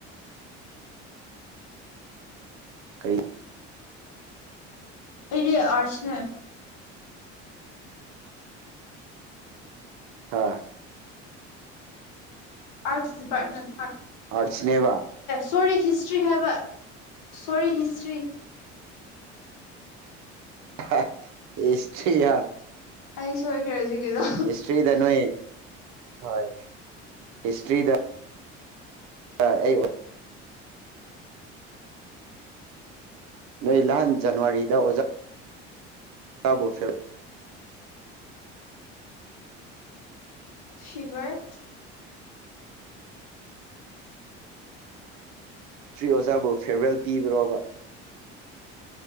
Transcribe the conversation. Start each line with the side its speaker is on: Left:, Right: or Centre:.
Right: ꯀꯔꯤ
Left: ꯑꯩꯗꯤ ꯑꯔꯠꯁꯅꯦ
Right: ꯍꯥꯥ
Left: ꯑꯥꯔꯠꯁ ꯗꯤꯄꯥꯠꯔꯃꯦꯟ
Right: ꯑꯥꯔꯠꯁꯅꯦꯕ
Left: ꯁꯣꯔꯤ ꯍꯤꯁꯇ꯭ꯔꯤ ꯍꯥꯏꯕ ꯁꯣꯔꯤ ꯍꯤꯁꯇ꯭ꯔꯤ
Right: ꯍꯦꯍꯦ ꯍꯤꯁꯁ꯭ꯔꯤꯌꯥ
Left: ꯑꯩꯁꯨ ꯑꯩ ꯍꯧꯖꯤꯛꯀꯤꯗꯣ
Right: ꯍꯤꯁꯇ꯭ꯔꯤꯗ ꯅꯣꯏ ꯍꯣꯏ ꯍꯤꯁꯇ꯭ꯔꯤꯗ ꯑꯥ ꯑꯩ ꯅꯣꯏ ꯅꯍꯥꯟ ꯖꯅꯋꯥꯔꯤꯗ ꯑꯣꯖꯥ ꯀꯕꯨꯐꯤꯜ
Left: ꯐꯤꯚꯔ
Right: ꯇ꯭ꯔꯤ ꯑꯣꯖꯥꯕꯨ ꯐꯦꯔꯋꯦꯜ ꯄꯤꯕ꯭ꯔꯣꯕ